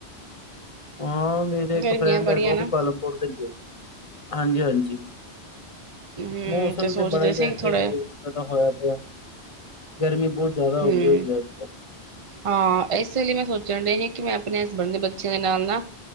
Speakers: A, on the left (about 30°); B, on the right (about 30°).
A: ਹਾਂ ਮੇਰੇ ਇੱਕ
B: ਗਰਮੀਆਂ
A: ਫਰੈਂਡ ਹੈਗਾ
B: ਬੜੀਆਂ
A: ਉਹ
B: ਨਾ
A: ਵੀ ਪਾਲਮਪੁਰ ਤੇ ਹੀ ਹੈ। ਹਾਂਜੀ- ਹਾਂਜੀ
B: ਹੂੰ
A: ਮੌਸਮ
B: ਸੋਚਦੇ
A: ਤੇ ਬੜਾ ਹੀ ਵੈਸੇ
B: ਸੀ ਥੋੜਾ
A: ਤਾਂ ਹੋਇਆ ਪਿਆ, ਗਰਮੀ ਬਹੁਤ ਜ਼ਿਆਦਾ ਆਉਦੀ
B: ਹੂੰ
A: ਹੋਈ ਹੈ ਅੱਜ ਕੱਲ੍ਹ।
B: ਹਾਂ ਇਸੇ ਲਈ ਮੈਂ ਸੋਚਣ ਦੇਈ ਸੀ ਕਿ ਮੈਂ ਆਪਣੇ ਹਸਬੈਂਡ ਦੇ ਬੱਚਿਆਂ ਦੇ ਨਾਲ ਨਾ